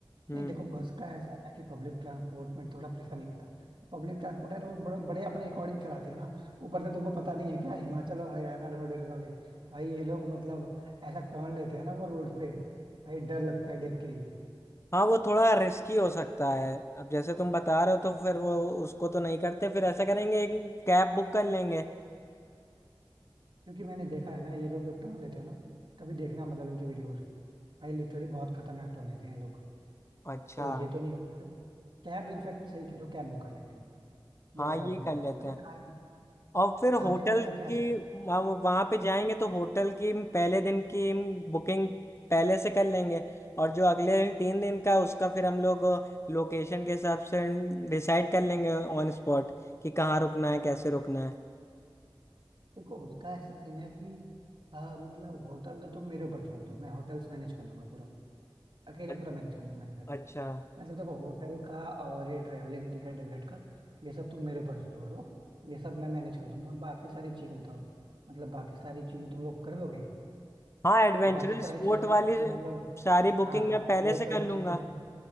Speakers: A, on the left; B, on the right.
A: हम्म
B: नहीं देखो बस का ऐसा है ना कि पब्लिक ट्रांसपोर्ट में थोड़ा प्रेफर नहीं करता पब्लिक ट्रांसपोर्ट है वो बड़े बड़े अपने अकॉर्डिंग चलाते हैं ना ऊपर से तुमको पता नहीं है क्या हिमाचल और हरियाणा रोडवेज वाले भाई ये लोग मतलब ऐसा टर्न लेते हैं ना वो रोड पे भाई डर लगता है देख के ही
A: हाँ वो थोड़ा रिस्की हो सकता है अब जैसे तुम बता रहे हो तो फिर वो उसको तो नहीं करते फिर ऐसा करेंगे एक कैब बुक कर लेंगे
B: क्योंकि मैंने देखा है ना ये लोग जो टर्न लेते हैं ना कभी देखना मतलब इनकी वीडियोस भाई लिटरली बहुत खतरनाक टर्न लेते हैं ये लोग
A: अच्छा
B: तो ये तो नहीं करने वाले कैब इनफैक्ट सही कह रहे हो कैब बुक कर लेंगे ये
A: हाँ
B: ज्यादा
A: ये
B: बढ़िया
A: कर लेते
B: अच्छा
A: हैं
B: खाने
A: और फिर
B: खाने
A: होटल
B: वाले का क्या
A: की हम वहां पे जाएंगे तो होटल की पहले दिन की बुकिंग पहले से कर लेंगे और जो अगले तीन दिन का उसका फिर हम लोग लोकेशन के हिसाब से डिसाइड कर लेंगे ऑन स्पॉट कि कहाँ रुकना है कैसे रुकना है
B: देखो उसका ऐसा सीन है कि हाँ मतलब होटल तो तुम मेरे ऊपर छोड़ दो मैं होटल्स मैनेज कर लूंगा पूरा अकेले
A: अ-
B: पूरा मैनेज कर लूंगा इनफैक्ट
A: अच्छा
B: मतलब देखो होटल का और ये ट्रैवलिंग टिकट विकट का ये सब तुम मेरे ऊपर छोड़ दो ये सब मैं मैनेज कर लूंगा बाकी सारी चीजें बताओ मतलब बाकी सारी चीजें तुम लोग कर लोगे
A: हाँ एडवेंचरस
B: अब बाकी सारी
A: स्पोर्ट
B: चीजें
A: वाली
B: मतलब
A: सारी बुकिंग
B: हाँ
A: मैं पहले
B: वो
A: से
B: सब
A: कर लूंगा
B: चीजें